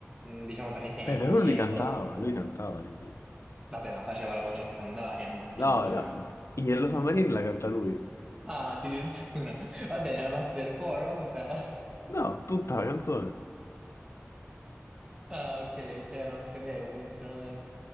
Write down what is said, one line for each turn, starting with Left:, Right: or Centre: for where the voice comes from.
Right: mm, diciamo, presenti,
Left: Beh, però lui
Right: ecco.
Left: cantava, lui cantava le Beatles.
Right: Vabbè, ma faceva la voce secondaria, immagino,
Left: No,
Right: cioè...
Left: no, Yellow Submarine la canta lui.
Right: Ah, addirittura. <laughs> Vabbè, nella parte del coro cos'era?
Left: No, tutta la canzone.
Right: Ah, ok, cioè non credevo sinceramente,